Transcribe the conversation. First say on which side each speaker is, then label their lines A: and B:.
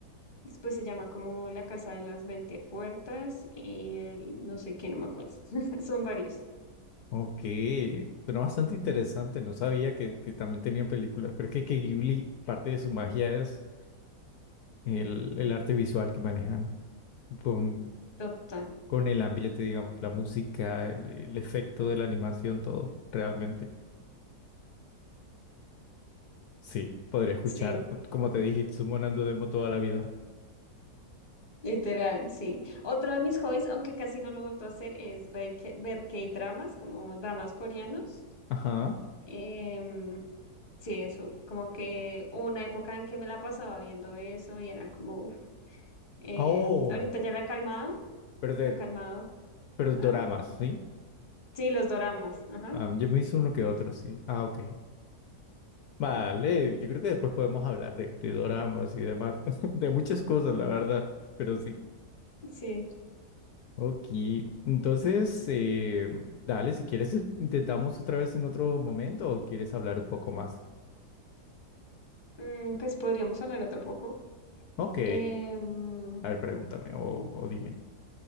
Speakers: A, on the left; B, on the left.
A: Después se llama como La Casa de las Veinte Puertas y el no sé qué, no me acuerdo. <laughs> Son varios.
B: Ok, pero bastante interesante, no sabía que, que también tenían películas, pero es que, que Ghibli, parte de su magia es el, el arte visual que manejan con,
A: Total.
B: con el ambiente, digamos, la música, el, el efecto de la animación, todo, realmente. Sí, podría escuchar,
A: Sí,
B: como te dije, Itsumo Nando Demo toda la vida.
A: literal, sí. Otro de mis hobbies, aunque casi no lo he vuelto a hacer, es ver, K- ver K-dramas, como dramas coreanos.
B: Ajá.
A: Em, sí, eso. Como que hubo una época en que me la pasaba viendo eso y era como. Eh,
B: Oh,
A: ahorita ya la he calmado,
B: pero, de-
A: la he calmado.
B: pero doramas,
A: Ah,
B: ¿sí?
A: sí, los doramas, ajá,
B: Ah, yo me hice uno que otro, sí. Ah, ok. Vale, yo creo que después podemos hablar de, de doramas y demás, <laughs> de muchas cosas, la verdad, pero sí.
A: sí.
B: Ok, entonces, eh, dale, si quieres, eh, intentamos otra vez en otro momento o quieres hablar un poco más.
A: Mm, pues podríamos hablar otro poco.
B: Ok,
A: Em,
B: a ver, pregúntame o,
A: sí,
B: o dime.